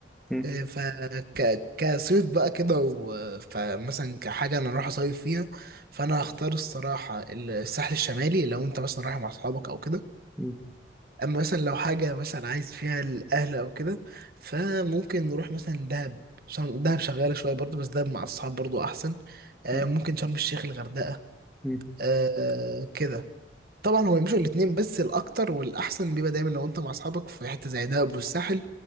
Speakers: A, in the centre; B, on the right.
A: مم،
B: إيه، فك كصيف بقى كده و- فمثلا كحاجة أنا رايح أصيف فيها فأنا هختار الصراحة الساحل الشمالي لو أنت مثلا رايح مع أصحابك أو كده
A: مم،
B: أما مثلا لو حاجة مثلا عايز فيها الأهل أو كده فممكن نروح مثلا دهب شرم دهب شغالة شوية برضه بس دهب مع الصحاب برضه أحسن آه،
A: مم،
B: ممكن شرم الشيخ الغردقة
A: مم.
B: آه، كده طبعا هو يمشوا الاتنين بس الأكتر والأحسن بيبقى دايما لو أنت مع أصحابك في حتة زي دهب والساحل